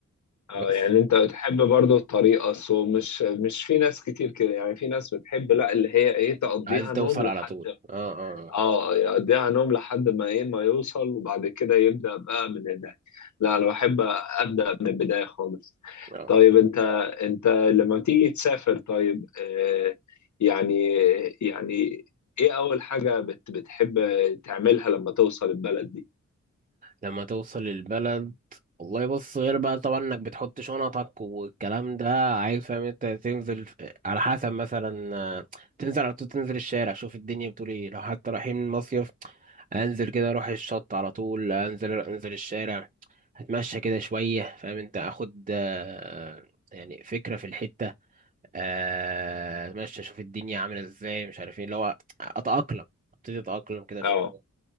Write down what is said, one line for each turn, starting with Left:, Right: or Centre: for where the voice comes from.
Left: اه
Right: بس
Left: يعني انت بتحب برضو الطريق اصله مش مش في ناس كتير كده يعني في ناس بتحب لا اللي هي ايه تقضيها
Right: عايز توصل
Left: نوم لحد
Right: على طول اه اه
Left: اه يقضيها نوم لحد ما ايه ما يوصل وبعد كده يبدأ بقى من هناك لا انا بحب ابدأ من البداية خالص
Right: آه.
Left: طيب انت انت لما تيجي تسافر طيب آه يعني يعني ايه اول حاجة بت بتحب تعملها لما توصل البلد دي
Right: لما توصل البلد والله بص غير بقى طبعا انك بتحط شنطك والكلام ده عايز فاهم انت تنزل في- على حسب مثلا آه، تنزل على طول تنزل الشارع شوف الدنيا بتقول ايه لو حتى رايحين مصيف انزل كده اروح الشط على طول انزل انزل الشارع هتمشى كده شوية فاهم انت اخد آه، يعني فكرة في الحتة آه، اتمشى اشوف الدنيا عاملة ازاي مش عارف ايه اللي هو اتأقلم ابتدي اتأقلم كده في
Left: اه
Right: الحوار